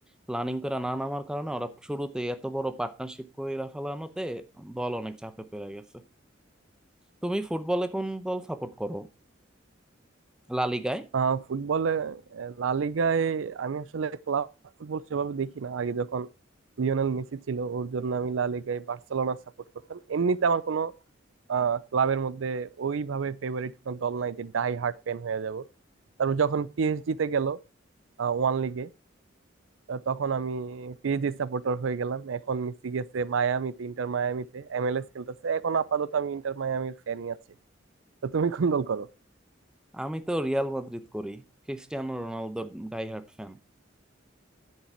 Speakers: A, in the centre; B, on the right (about 80°).
A: প্ল্যানিং করে না নামার কারণে ওরা শুরুতে এত বড় পার্টনারশিপ কইরা ফেলানোতে দল অনেক চাপে পড়ে গেছে তুমি ফুটবলে কোন দল সাপোর্ট করো লা লিগায়
B: আহ ফুটবলে আহ, লা লিগায় আমি আসলে ক্লাব ফুটবল সেভাবে দেখি না আগে যখন লিওনেল মেসি ছিল ওর জন্য আমি লা লিগায় বার্সেলোনা সাপোর্ট করতাম এমনিতে আমার কোনো আহ, ক্লাবের মধ্যে ওইভাবে ফেভারিট কোনো দল নাই যে ডাই হার্ট ফ্যান হয়ে যাব তারপর যখন পিএসজি তে গেল ওয়ান লিগে আহ, তখন আমি পিএসজি সাপোর্টার হয়ে গেলাম এখন মেসি গেছে মায়ামিতে ইন্টার মায়ামিতে এমএলএস খেলতেছে এখন আপাতত আমি ইন্টার মায়ামির ফ্যানই আছি তো তুমি কোন দল করো
A: আমি তো রিয়াল মাদ্রিদ করি ক্রিস্টিয়ানো রোনালদোর ডাইহার্ট ফ্যান